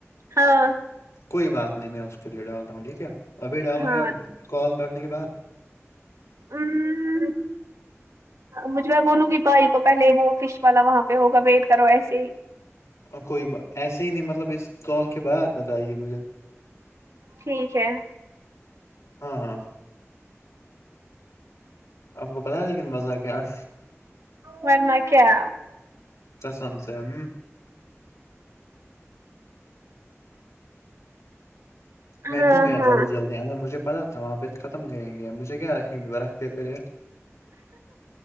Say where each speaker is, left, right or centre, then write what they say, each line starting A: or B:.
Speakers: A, on the right; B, on the left.
A: ہاں
B: کوئی بات نہیں میں اس کے لیے ڈالتا ہوں ٹھیک ہے ابھی ڈالوں
A: ہاں
B: یا کال کرنے کے بعد
A: ہمم ہمم ہم مجھ میں بولوں گی بھائی کو پہلے وہ فش والا وہاں پہ ہوگا ویٹ کرو ایسے ہی
B: کوئی ایسے ہی نہیں مطلب اس کال کے بعد بتائیے مجھے
A: ٹھیک ہے
B: ہاں ہاں آپ کو پتا ہے لیکن مزہ کیا ہے
A: ورنہ کیا
B: کسم سے ہم
A: ہاں
B: میں کیوں گیا
A: ہاں
B: جلدی جلدی اندر مجھے پتا تھا وہاں پھر ختم کریں گے مجھے کیا رکھیں گے وہ رکھتے پھر یہ